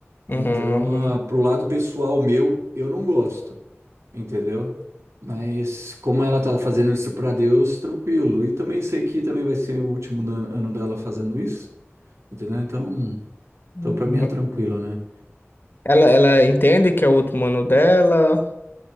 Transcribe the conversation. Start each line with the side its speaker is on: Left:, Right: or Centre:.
Left: Uhum,
Right: Então,
Left: uhum.
Right: ah, pro lado pessoal meu, eu não gosto, entendeu? Mas como ela tá fazendo isso pra Deus, tranquilo. E também sei que também vai ser o último ano ano dela fazendo isso. Entendeu? Então,
Left: uhum.
Right: então para mim é tranquilo, né?
Left: Ela, ela entende que é o último ano dela